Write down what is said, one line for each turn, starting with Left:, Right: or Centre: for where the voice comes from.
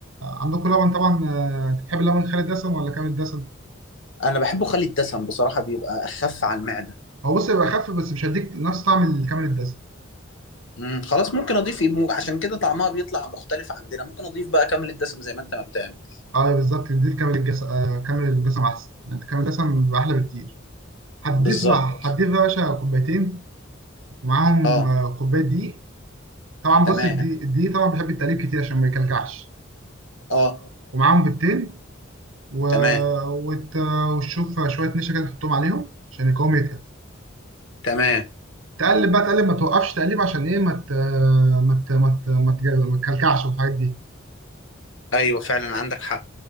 Right: عندكم لبن طبعا آه، انت بتحب اللبن خالي الدسم ولا كامل الدسم
Left: انا بحبه خالي الدسم بصراحه بيبقى اخف على المعده
Right: هو بص يبقى خف بس مش هيديك نفس طعم الكامل الدسم
Left: مم، خلاص ممكن اضيف ايه مو- عشان كده طعمها بيطلع مختلف عندنا ممكن اضيف بقى كامل الدسم زي ما انت ما بتعمل
Right: اه أيوة بالظبط تضيف كامل الجس... آه، كامل الدسم احسن انت كامل الدسم بيبقى احلى بكتير هتضيف
Left: بالظبط
Right: بقى هتضيف بقى يا باشا كوبايتين ومعاهم
Left: اه
Right: آه، كوبايه دقيق طبعا بص
Left: تمام
Right: الدقيق الدقيق طبعا بيحب التقليب كتير عشان ما يكلكعش
Left: اه
Right: ومعاهم بيضتين و...
Left: تمام
Right: وت... وتشوف شويه نشا كده تحطهم عليهم عشان القوام يتقل
Left: تمام
Right: تقلب بقى تقلب ما توقفش تقليب عشان ايه ما ت... ما ت... ما ت... ما تجل- ما تكلكعش والحاجات دي
Left: ايوه فعلا عندك حق